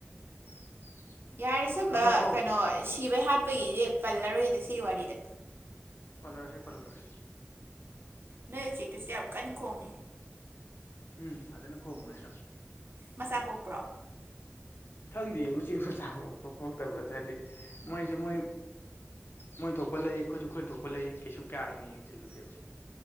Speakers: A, on the left; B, on the right.
A: <unintelligible>
B: ꯌꯥꯔꯦ ꯁꯨꯝꯕ
A: ꯑꯃ ꯑꯣ
B: ꯀꯩꯅꯣ ꯁꯤꯕꯩ ꯍꯥꯠꯄꯒꯤꯗꯤ ꯄꯜꯂꯔꯣꯏꯗ ꯁꯤꯒꯤ ꯋꯥꯔꯤꯗ
A: ꯄꯥꯂꯔꯣꯏꯁꯤ ꯄꯥꯂꯔꯣꯏꯁꯤ
B: ꯅꯣꯏ ꯎꯆꯦꯛꯇꯨꯁꯨ ꯌꯥꯝ ꯀꯟꯅ ꯈꯣꯡꯉꯦ
A: ꯎꯝ ꯐꯖꯅ ꯈꯣꯡꯕꯅꯤꯗꯣ
B: ꯃꯆꯥ ꯄꯣꯛꯄ꯭ꯔꯣ
A: ꯈꯪꯗꯦ ꯎꯆꯦꯛ ꯃꯆꯥ ꯄꯣꯛꯄ ꯄꯣꯛꯇ꯭ꯔꯥꯕꯗ ꯍꯥꯏꯗꯤ ꯃꯣꯏꯁꯦ ꯃꯣꯏ ꯃꯣꯏꯅ ꯊꯣꯛꯄ ꯂꯩ ꯑꯩꯈꯣꯏꯁꯨ ꯑꯩꯈꯣꯏꯅ ꯊꯣꯛꯄ ꯂꯩ ꯀꯩꯁꯨ ꯀꯥ ꯍꯦꯟꯅ ꯌꯦꯡꯁꯤꯜꯂꯨꯗꯦꯕ